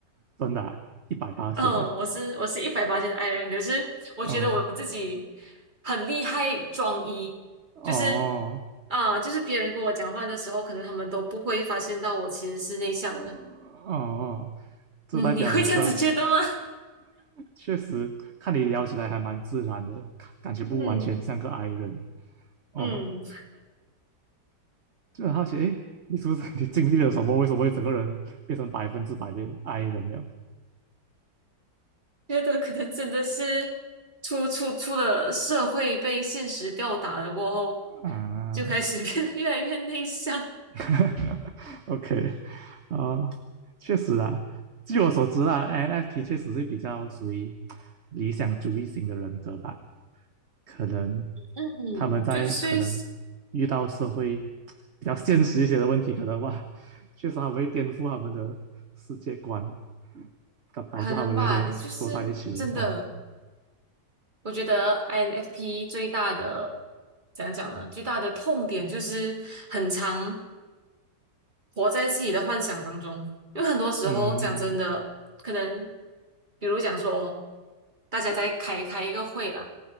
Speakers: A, on the right; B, on the right.
A: 真的啊，一百八仙呢？
B: 嗯，我是我是一百八斤的 i 人，可是我觉得我自己
A: 哦
B: 很厉害装一，
A: 哦
B: 就是啊、就是别人跟我讲话的时候，可能他们都不会发现到我其实是内向的。
A: 哦，哦这代表你跟
B: 嗯，你会这样子觉得吗？
A: <laughs> 确实看你聊起来还蛮自然的，看感觉不完全像个
B: <laughs> 嗯
A: i 人哦。
B: 嗯，
A: 就很好奇，诶，你是不是 <laughs> 你经历了什么？为什么会整个人变成百分之百的 i 人了
B: 觉得可能真的是出出出了社会被现实吊打了过后，
A: 啊
B: 就开始 <laughs> 变得越来越内向。
A: <laughs>？OK 啊、确实啦，据我所知啦，NFP 确实是比较属于理想主义型的人格吧。可能
B: 嗯，
A: 他们在可能遇到社会
B: 就是
A: 比较现实一些的问题，可能哇，确实他们会颠覆他们的世界观，导导致他们有点缩在一起了哦。
B: 可能吧，就是真的。我觉得 INFP 最大的怎样讲呢？最大的痛点就是很常活在自己的幻想当中，因为很多时候讲真的，
A: 嗯
B: 可能比如讲说，大家在开开一个会啦，